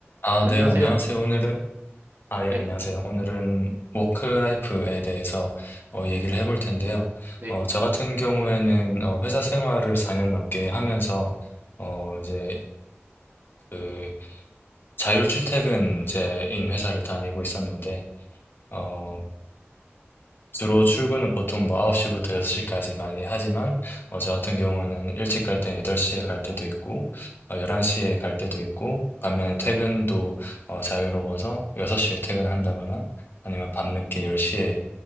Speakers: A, on the left; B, on the right.
A: 아,
B: 안녕하세요.
A: 네, 안녕하세요. 오늘은, 아, 예,
B: 네,
A: 안녕하세요. 오늘은 워크라이프에 대해서 어, 얘기를 해볼 텐데요.
B: 네.
A: 어, 저 같은 경우에는 어, 회사 생활을 4년 넘게 하면서 어, 이제 그 자율 출퇴근제인 회사를 다니고 있었는데, 어, 주로 출근은 보통 뭐 9시부터 6시까지 많이 하지만, 어, 저 같은 경우는 일찍 갈 때 8시에 갈 때도 있고, 어, 11시에 갈 때도 있고, 반면에 퇴근도 어, 자유로워서 6시에 퇴근한다거나, 아니면 밤늦게 10시에